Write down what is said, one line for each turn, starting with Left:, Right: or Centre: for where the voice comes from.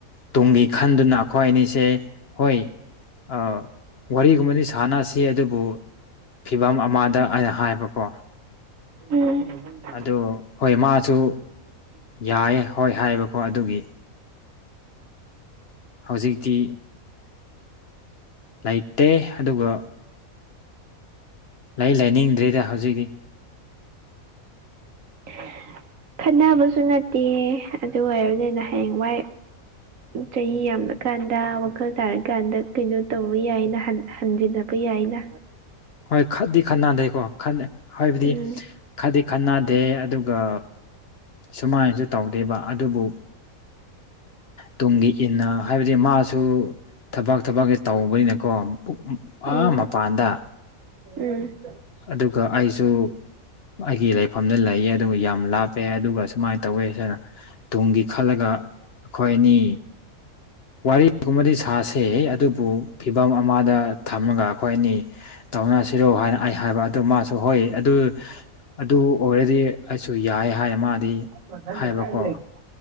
Left: ꯇꯨꯡꯒꯤ ꯈꯟꯗꯨꯅ ꯑꯩꯈꯣꯏ ꯑꯅꯤꯁꯦ ꯍꯣꯏ ꯑꯧ ꯋꯥꯔꯤꯒꯨꯝꯕꯗꯤ ꯁꯥꯟꯅꯁꯤ ꯑꯗꯨꯕꯨ ꯐꯤꯕꯝ ꯑꯃꯗ ꯑꯩ ꯍꯥꯏꯕꯀꯣ
Right: ꯎꯝ ꯎꯝ
Left: ꯑꯗꯨ ꯍꯣꯏ ꯃꯥꯁꯨ ꯌꯥꯏ ꯍꯣꯏ ꯍꯥꯏꯕꯀꯣ ꯑꯗꯨꯒꯤ ꯍꯧꯖꯤꯛꯇꯤ ꯂꯩꯇꯦ ꯑꯗꯨꯒ ꯂꯩ ꯂꯩꯥꯅꯤꯡꯗ꯭ꯔꯤꯗ ꯍꯧꯖꯤꯛꯇꯤ
Right: <unintelligible> ꯈꯠꯅꯕꯁꯨ ꯅꯠꯇꯦ ꯑꯗꯨ ꯑꯣꯏꯔꯕꯅꯤꯅ ꯍꯌꯦꯡꯋꯥꯏ ꯆꯍꯤ ꯌꯥꯝꯅ ꯀꯥꯟꯗ ꯋꯥꯈꯜ ꯇꯥꯔꯀꯥꯟꯗ ꯀꯩꯅꯣ ꯇꯧꯕ ꯌꯥꯏꯅ ꯍꯟꯖꯤꯟꯅꯕ ꯌꯥꯏꯅ
Left: ꯍꯣꯏ ꯈꯠꯗꯤ ꯈꯅꯥꯗꯦꯀꯣ ꯍꯥꯏꯕꯗꯤ
Right: ꯎꯝ
Left: ꯈꯠꯗꯤ ꯈꯅꯥ ꯗꯦ ꯑꯗꯨꯒ ꯁꯨꯃꯥꯏꯅꯁꯨ ꯇꯧꯗꯦꯕ ꯑꯗꯨꯕꯨ ꯇꯨꯡꯒꯤ ꯏꯟꯅ ꯍꯥꯏꯕꯗꯤ ꯃꯥꯁꯨ ꯊꯕꯛ ꯊꯕꯛꯁꯦ ꯇꯧꯕꯅꯤꯅꯀꯣ
Right: ꯎꯝ
Left: ꯑ ꯃꯄꯥꯟꯗ
Right: ꯎꯝ
Left: ꯑꯗꯨꯒ ꯑꯩꯁꯨ ꯑꯩꯒꯤ ꯂꯩꯐꯝꯗ ꯂꯩꯌꯦ ꯑꯗꯨꯒ ꯌꯥꯝ ꯂꯥꯞꯄꯦ ꯑꯗꯨꯒ ꯁꯨꯃꯥꯏꯅ ꯇꯧꯋꯦꯅ ꯁꯔ ꯇꯨꯡꯒꯤ ꯈꯜꯂꯒ ꯑꯈꯣꯏ ꯑꯅꯤ ꯋꯥꯔꯤꯒꯨꯝꯕꯗꯤ ꯁꯥꯁꯦ ꯑꯗꯨꯕꯨ ꯐꯤꯕꯝ ꯑꯃꯗ ꯊꯝꯃꯒ ꯈꯣꯏ ꯑꯅꯤ ꯇꯧꯅꯁꯤꯔꯣ ꯍꯥꯏꯅ ꯑꯩ ꯍꯥꯏꯕ ꯑꯗꯨ ꯃꯥꯁꯨ ꯍꯣꯏ ꯑꯗꯨ ꯑꯗꯨ ꯑꯣꯏꯔꯗꯤ ꯑꯩꯁꯨ ꯌꯥꯏ ꯍꯥꯏ ꯃꯥꯗꯤ
Right: ꯃꯊꯪꯗꯗꯤ
Left: ꯍꯥꯏꯕꯀꯣ
Right: ꯑꯩ ꯂꯩꯔꯤ